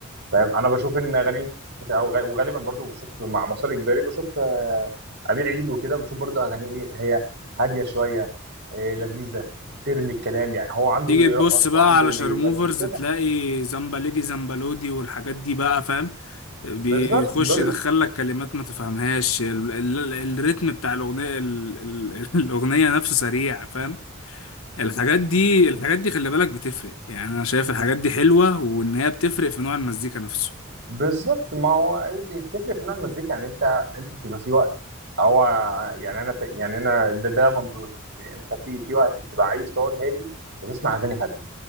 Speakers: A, on the right (about 55°); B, on the left (about 75°).
A: فاهم انا بشوف ان غني او غ- وغالبا برضو بشوف مع مسار اجباري بشوف آه، امير عيد وكده بشوف برضو اغانيه ايه هي هاديه شويه آه، لذيذه ترمي الكلام يعني هو عنده
B: تيجي
A: اللي يرقص
B: تبص بقى
A: وعنده
B: على
A: اللي
B: شارموفرز
A: يمزج كده
B: تلاقي زمبلدي زمبلودي والحاجات دي بقى فاهم بيخش
A: بالظبط دول-
B: يدخل لك كلمات ما تفهمهاش ال ال الريتم بتاع الأغنية ال ال <laughs> الأغنية نفسه سريع فاهم الحاجات دي الحاجات دي خلي بالك بتفرق يعني أنا شايف الحاجات دي حلوة وإن هي بتفرق في نوع المزيكا نفسه
A: بالظبط ما هو عادي بتفرق في نوع المزيكا يعني انت انت بتبقى في وقت هو يعني انا في يعني انا ده ده منظوري انت بتيجي في وقت بتبقى عايز تقعد هادي وتسمع اغاني هاديه